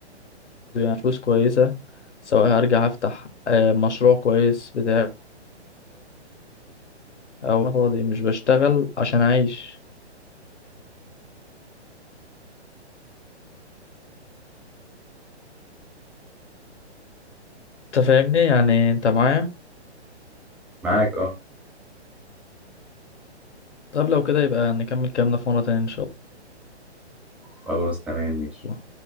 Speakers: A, on the left; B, in the centre.
A: يعني فلوس كويسة سواء هرجع هفتح آه، مشروع كويس بتاعي او أنا فاضي مش بشتغل عشان اعيش انت فاهمني يعني انت معايا
B: معاك اه
A: طب لو كده يبقى نكمل كلامنا في مرة تانية ان شاء
B: خلاص تمام ماشي
A: الله